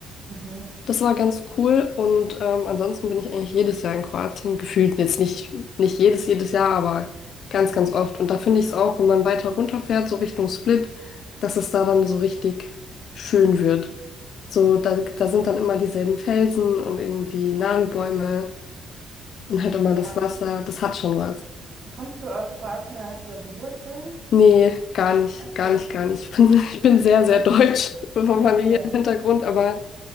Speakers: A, on the right; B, on the left.
A: Mhm.
B: Das war ganz cool. Und ähm, ansonsten bin ich eigentlich jedes Jahr in Kroatien. Gefühlt jetzt nicht, nicht jedes, jedes Jahr, aber ganz, ganz oft. Und da finde ich es auch, wenn man weiter runterfährt, so Richtung Split, dass es da dann so richtig schön wird. So, da, da sind dann immer dieselben Felsen und irgendwie Nadelbäume und halt immer
A: Ja.
B: das Wasser. Das hat schon was.
A: Kommst du aus Kroatien oder hast du da so Wurzeln?
B: Nee, gar nicht,
A: Ach
B: gar
A: so.
B: nicht, gar nicht. Ich bin, <laughs> ich bin sehr, sehr deutsch vom
A: Okay.
B: familiären Hintergrund aber